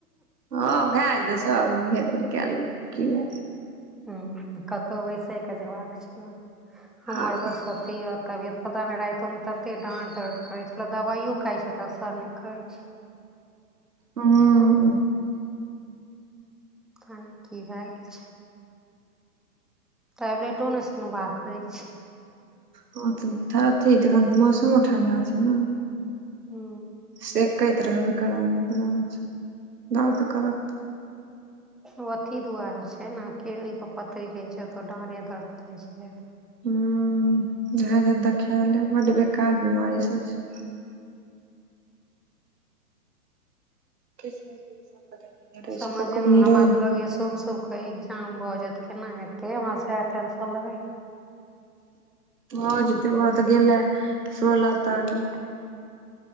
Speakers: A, on the right; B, in the centre.
A: हँ भै जेते हेर फेर कए लेब की भए
B: हु कतहु बैसै के जेबाक छै न हमर
A: हँ
B: बस अथी यऽ तबियत पता नै रायतो मे ततेक डाँर दर्द करै छैला दबाइयो खाइ छै तऽ असर नय करै छै
A: हु
B: पता नै कि भए गेल छै टैबलेटो नै सुनबा करै छै
A: ह तथर अथीन मौसमो ठंडा छै
B: हु
A: सेके त रहबै गरम गरम दर्द करत
B: ओ अथी दुआरे छै न किरनी के पथरी रहे छै तऽ डारे दर्द करै छै जादा
A: हुम इहे जे देखाय ले बड बेकार बीमारी सभ छै किछ ने किछ सबके धेने रहै
B: समझे
A: छै ककरो
B: मे
A: निरोग
B: हमरा तऽ लागया शुभ-शुभ कऽ एग्जाम भऽ जायत केना हेते हमरा सेह टेशन लागय
A: भऽ जेतै भऽ तऽ गेले सोलह तारीख